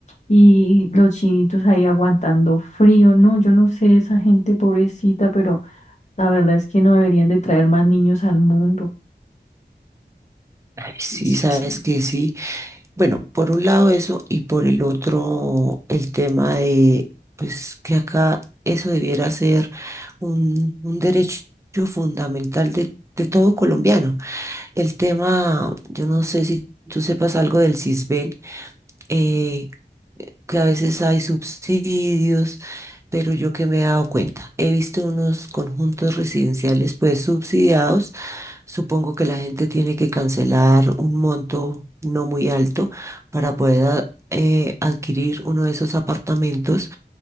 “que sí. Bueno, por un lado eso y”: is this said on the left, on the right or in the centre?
Right